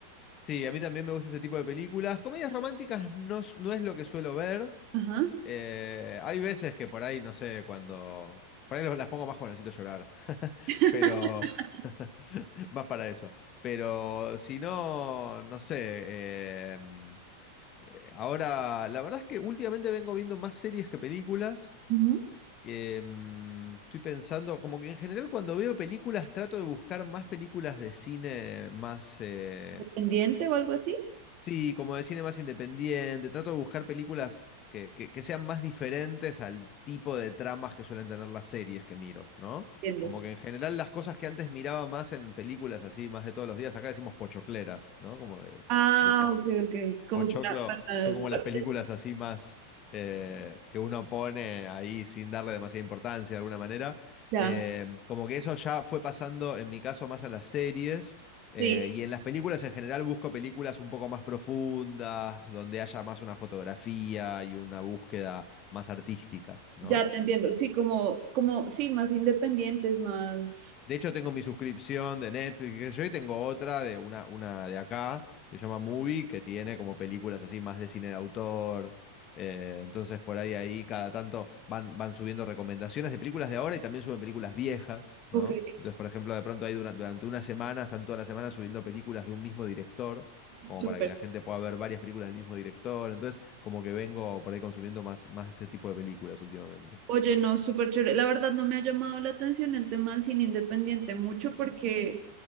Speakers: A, on the left; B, on the right.
A: Sí, a mí también me gusta ese tipo de películas. Comedias románticas no, s- no es lo que suelo ver.
B: Ajá.
A: Eh, hay veces que por ahí, no sé, cuando... Por ahí lo- las pongo más cuando necesito llorar,
B: <laughs>
A: pero... <laughs> más para eso. Pero si no, no sé. eh, eh, ahora, la verdad es que últimamente vengo viendo más series que películas.
B: Ujú.
A: Em, estoy pensando, como que en general cuando veo películas trato de buscar más películas de cine más... eh,
B: ¿Independiente o algo así?
A: Sí, como de cine más independiente, trato de buscar películas que, que- que sean más diferentes al tipo de tramas que suelen tener las series que miro, ¿no?
B: Entiendo.
A: Como que en general las cosas que antes miraba más en películas así, más de todos los días, acá decimos pochocleras, ¿no? Como de,
B: Ah,
A: de cine.
B: ok, ok. Como
A: Pochoclo
B: para, para-
A: son como
B: para-
A: las películas así más eh, que uno pone ahí sin darle demasiada importancia de alguna manera.
B: Ya,
A: Eh, como que eso ya fue pasando en mi caso más a las series eh,
B: sí.
A: y en las películas en general busco películas un poco más profundas, donde haya más una fotografía y una búsqueda más artística, ¿no?
B: Ya te entiendo, sí, como, como, sí, más independientes, más...
A: De hecho, tengo mi suscripción de Netflix, qué sé yo, y tengo otra de una, una de acá, que se llama Movie, que tiene como películas así más de cine de autor. Eh, entonces, por ahí, ahí, cada tanto van, van subiendo recomendaciones de películas de ahora y también suben películas viejas, ¿no?
B: Ok,
A: Entonces, por ejemplo, de pronto ahí dura- durante una semana, están toda la semana subiendo películas de un mismo director, como
B: súper.
A: para que la gente pueda ver varias películas del mismo director. Entonces, como que vengo por ahí consumiendo más, más ese tipo de películas últimamente.
B: Oye, no, súper chévere. La verdad no me ha llamado la atención el tema del cine independiente mucho porque,